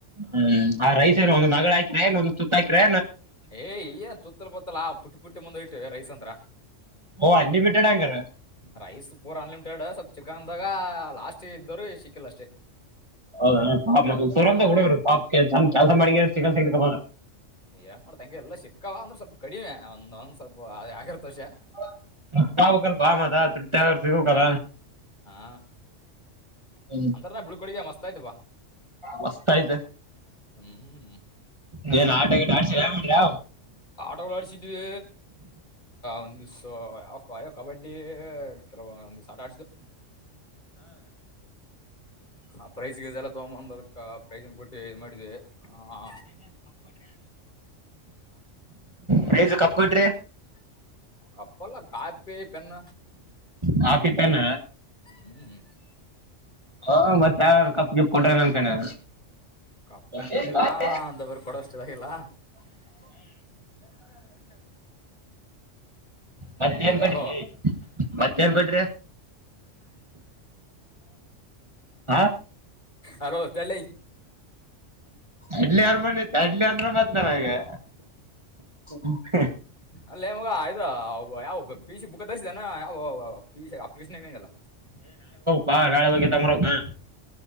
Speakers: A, on the right (about 25°); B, on the left (about 40°).
A: ಹ್ಮ್ ಆ ರೈಸ್ ಏನು ಒಂದು ನಗಳು ಹಾಕ್ರ ಏೊಂದಂದು ತುತ್ತಾಕ್ರೆ
B: ಏ ಏನ್ ತುತ್ತಲ ಬೊತ್ತಲ ಪುಟ್ಟಿ ಪುಟ್ಟಿ ಮುಂದ ಇಟ್ಟ ರೈಸ್ ಅಂದ್ರ
A: ಓ ಅನ್ಲಿಮಿಟೆಡ್ ಹಂಗಾರ
B: ರೈಸ್ ಪೂರ ಅನ್ಲಿಮಿಟೆಡ್ ಸಬ್ ಚಿಕನ್ದಾಗ ಲಾಸ್ಟ್ ಇದ್ದೋರು ಸಿಕ್ಕಿಲ್ಲ ಅಷ್ಟೇ
A: ಹೌದ ಪಾ ಸೂರ
B: ಹಾ
A: ಅಂತ ಹುಡವ್ರು ಪಾಪ್ ಕೆ ಚಂದನ್ ಕೆಲಸ ಮಾಡಿ ಸಿಗನ್ ಸಿಗ
B: ಏನ್ ಮಾಡತಂಗೆ ಎಲ್ಲಾ ಸಿಕ್ಕವ ಅಂದ್ರೆ ಸ್ವಲ್ಪ ಕಡಿಮೆ ಒಂದೊಂದ್ ಸ್ವಲ್ಪ ಅ ಆಗಿರ್ತೋಷ
A: <unintelligible>
B: ಹಾ
A: ಹ
B: ಅಂದ್ರ ನಾ ಬೀಳ್ಕೊಡಿಗೆ ಮಸ್ತ್ ಆಯ್ತಪ್ಪ
A: ಮಸ್ತ್ ಆಯತೆ
B: ಹ್ಮ್
A: ನೀನ್ ಆಟಗಟ್ ಆಡ್ಸ ಹ ಮಾಡ್ರಿ
B: ಆಟೋಗಳು ಆಡ್ಸಿದ್ವಿ ಒಂದು ಸಯ ಕಬಡ್ಡಿ ಒ ಸ್ಟಾರ್ಟ್ ಆ ಪ್ರೈಜಿಗೆ ಜಲ್ಲ ತಗಂದ ಪ್ರೈಸ್ನ್ ಕೊಟ್ಟ ಇದು ಮಾಡಿದ್ವಿ ಹ
A: ಪ್ರೈಸ್ಸ ಕಪ್ ಕೊಟ್ರಿ
B: ಕಪ್ಪಲ್ಲಾ ಕಾಪಿ ಪೆನ್ನ
A: ಕಾಪಿ ಪೆನ್
B: ಹ್ಮ್
A: ಹ ಮತ್ತ ಯಾವನ ಕಪ್ಪ ಗಿಪ್ ಕೊಟಾನೆನ್ ಅನ್ನಕಂಡೆ ನಾ
B: ಕಪ್ ಪೆನ್
A: ಹ್ಮ
B: ಕೊಟ್ಟಿಲ್ಲ
A: <unintelligible> <inaudible>
B: ಅಂತ ಬೇರೆ ಕೊಡೋಷ್ಟು ಇದಾಗಿಲ್ಲ
A: ಮತ್ತ ಏನ್ ಕೂಟ್ಟರಿ
B: ಹಲೋ
A: ಲೇ ಮತ್ತ ಏನ್ ಕೂಟ್ರಿ ಹಾ
B: ಅಲೋ ತಳ್ಳಿ
A: ಇಡ್ಲಿ ಯಾರ ಮಾಡತ್ತ ಇಡ್ಲಿ ಅಂದ್ರೆ ಮತ್ತನಾರ ಈಗೆ ಹ
B: ಅಲ್ಲೇ ಮಗ ಇದು ಯಾವ ಪಿ ಸಿ ಬುಕ್ಕ ತರಿಸಿದಾನ ಯಾವ ಪಿಸಿ ಪಿಸಿ <unintelligible>
A: ಬಾ ನಾಳೆ ಹೋಗಿ ತಮ್ಮಬರಮ್ಮ ಬಾ